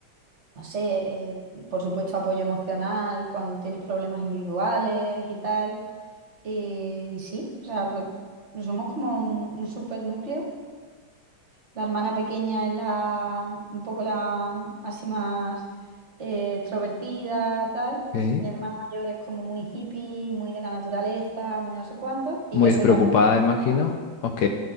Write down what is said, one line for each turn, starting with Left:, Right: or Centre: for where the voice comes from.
Right: no sé, eh, por supuesto apoyo emocional cuando tienes problemas individuales y tal. Eh, y sí, o sea, pues somos como un, un súper núcleo. la hermana pequeña es la, un poco la así más eh, extrovertida, tal.
Left: Ok,
Right: Mi hermana mayor es como muy hippie, muy de la naturaleza, muy no sé cuánto. Y
Left: Muy
Right: yo
Left: despreocupada,
Right: soy la pragmática,
Left: imagino. Ok,